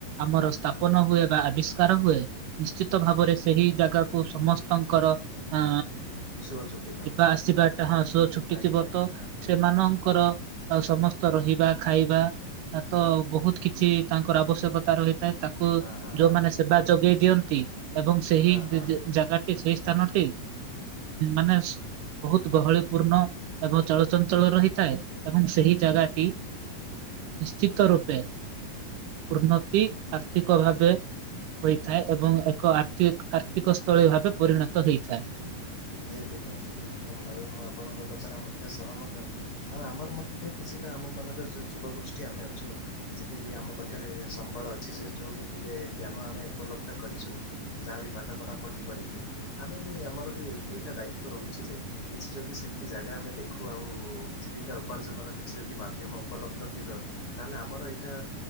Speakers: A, on the right (about 75°); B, on the left (about 45°).
A: ଆମର ସ୍ଥାପନ ହୁଏ ବା ଆବିଷ୍କାର ହୁଏ ନିଶ୍ଚିତ ଭାବରେ ସେହି ଜାଗା କୁ ସମସ୍ତଙ୍କର ଆ
B: ସୁଅ ଛୁଟି ଥାଉଛି
A: ଯିବା ଆସିବା ଟା ହଁ ସହ ଛୁଟି
B: ଆଜ୍ଞା
A: ଥିବ
B: ଆଜ୍ଞା
A: ତ ସେମାନଙ୍କର ଆଉ ସମସ୍ତ ରହିବା ଖାଇବା ତ ବହୁତ କିଛି ତାଙ୍କର ଆବଶ୍ୟକତା ରହିଥାଏ ତା କୁ
B: ହଁ ହଁ
A: ଯୋଉମାନେ
B: ହଁ ହଁ
A: ସେବା ଯୋଗେଇ ଦିଅନ୍ତି ଏବଂ ସେହି
B: ହଁ ହଁ।
A: ଜାଗା ସେଇ ସ୍ଥାନଟି ମାନେ ବହୁତ ଗହଳି ପୂର୍ଣ୍ଣ ଏବଂ ଚଳଚଞ୍ଚଳ ରହିଥାଏ ଏବଂ ସେହି ଜାଗାଟି ନିଶ୍ଚିତ ରୂପେ ଉନ୍ନତି ଆର୍ଥିକ ଭାବେ ହୋଇଥାଏ ଏବଂ ଏକ ଆର୍ଥ ଆର୍ଥିକ ସ୍ଥଳୀ ଭାବେ ପରିଣତ ହେଇଥାଏ।
B: ନିହାତି ନିହାତି ଏକଦମ ଭାବେ ମୁଁ ଆପଣଙ୍କ କଥାରେ ମଧ୍ୟ ସହମତ। ଆଉ ଆମର ମଧ୍ୟ କିଛିଟା ଆମ ମାନଙ୍କର ଯୋଉ ଯୁବ ଗୋଷ୍ଠୀ ଆମେ ଅଛୁ ଯେତିକି ଆମ ପାଖରେ ସମ୍ବଳ ଅଛି ସେ ଯଉ ବି ଟିକେ ଜ୍ଞାନ ଆମେ ଉପଲବ୍ଧ କରିଛୁ ଯାହା ବିି ପାଠ ପଢା ପଢି କରିକି ଆମେ ବି ଆମର ବି ଏଇଟା ଦାୟିତ୍ୱ ରହୁଛି ଯେ କିଛି ଯଦି ସେମିତି ଜାଗା ଆମେ ଦେଖୁ ଆଉ ଜୀବିକା ଉପାର୍ଜନର କିଛି ଯଦି ମାଧ୍ୟମ ଉପଲବ୍ଧ ଥିବ ତାହେଲେ ଆମର ଏଇଟା